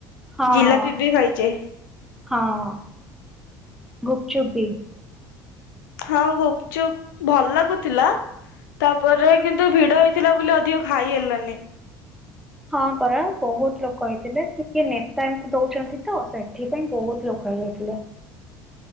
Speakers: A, in the centre; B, on the left.
A: ହଁ
B: ଜିଲାପି ବି ଖାଇଛେ
A: ହଁ ଗୁପଚୁପ ବି
B: ହଁ ଗୁପଚୁପ ଭଲ ଲାଗୁଥିଲା ତାପରେ କିନ୍ତୁ ଭିଡ ହେଇଥିଲା ବୋଲି ଅଧିକ ଖାଇ ହେଲାନି
A: ହଁ ପରା ବହୁତ ଲୋକ ହେଇଥିଲେ ସେ କିଏ ନେତା ଏମିତି ଦଉଛନ୍ତି ତ ସେଥିପାଇଁ ବହୁତ ଲୋକ ହେଇଯାଇଥିଲେ